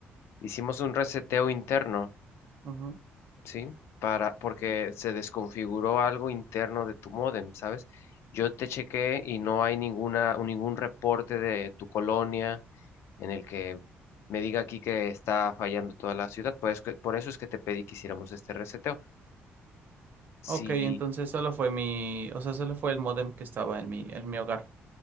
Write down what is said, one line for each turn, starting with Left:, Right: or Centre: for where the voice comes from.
Left: hicimos un reseteo interno,
Right: ujú.
Left: ¿sí? Para, porque se desconfiguró algo interno de tu módem, ¿sabes? Yo te chequé y no hay ninguna, ningún reporte de tu colonia en el que me diga aquí que está fallando toda la ciudad. Pues que- por eso es que te pedí que hiciéramos este reseteo. Si
Right: Ok, entonces solo fue mi, o sea, solo fue el modem que estaba en mi, en mi hogar.